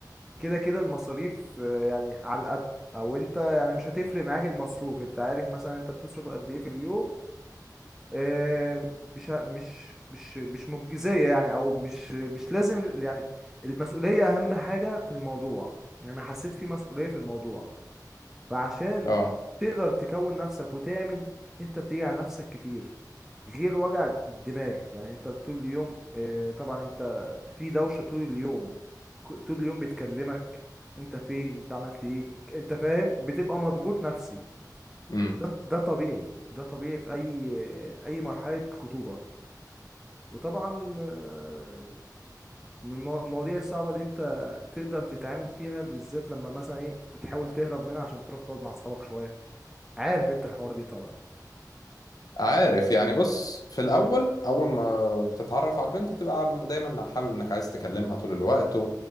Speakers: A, in the centre; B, on the left (about 60°).
A: كده كده المصاريف آه، يعني على القد او انت يعني مش هتفرق معاك المصروف انت عارف مثلا انت بتصرف قد ايه في اليوم آه، مش ه- مش مش مش مجزيه يعني او مش مش لازم ال- يعني المسؤوليه اهم حاجه في الموضوع يعني حسيت في مسؤوليه في الموضوع فعشان
B: اه
A: تقدر تكون نفسك وتعمل انت بتيجي على نفسك كتير غير وجع الدماغ يعني انت طول اليوم اه، طبعا انت في دوشة طول اليوم ك- طول اليوم بتكلمك انت فين انت عملت ايه انت فاهم بتبقى مضغوط نفسي
B: امم
A: ده ده طبيعي ده طبيعي في اي اي مرحلة خطوبة وطبعا اه، من المو- المواضيع الصعبة اللي انت تقدر تتعامل فيها بالذات لما مثلا ايه بتحاول تهرب منها عشان تروح تقعد مع اصحابك شوية عارف انت الحوار دي طبعا
B: عارف يعني بص في الاول اول ما بتتعرف على البنت بتبقى دايما حابب انك عايز تكلمها طول الوقت و-